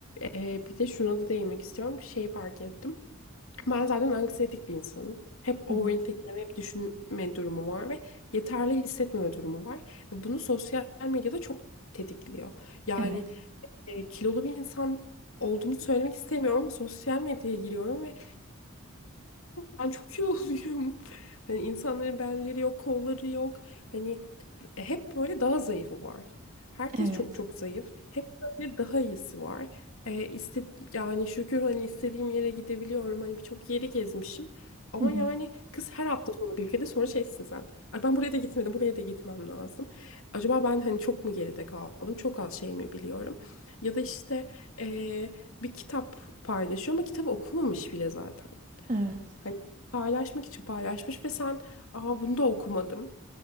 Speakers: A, on the left; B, on the right.
A: Ee, bir de şuna da değinmek istiyorum. Şey fark ettim. Ben zaten anksiyetik bir insanım. Hep
B: Hı
A: overthinkleme,
B: hı.
A: hep düşünme durumu var ve yeterli hissetmeme durumu var. Ve bunu sosyal medyada çok tetikliyor. Yani
B: Evet,
A: e, kilolu bir insan olduğumu söylemek istemiyorum ama sosyal medyaya giriyorum ve ben çok iyi oluyorum. <laughs> Hani insanların belleri yok, kolları yok. Hani hep böyle daha zayıfı var. Herkes
B: evet,
A: çok çok zayıf. Hep böyle daha iyisi var. E, iste- yani şükür hani istediğim yere gidebiliyorum. Hani birçok yeri gezmişim. Ama
B: hı hı.
A: yani kız her hafta sonu bir ülkede sonra şeysin sen. Ay ben buraya da gitmedim, buraya da gitmem lazım. Acaba ben hani çok mu geride kaldım? Çok az şey mi biliyorum? Ya da işte e, bir kitap paylaşıyor ama kitabı okumamış bile zaten.
B: Evet,
A: Hani paylaşmak için paylaşmış ve sen aa bunu da okumadım.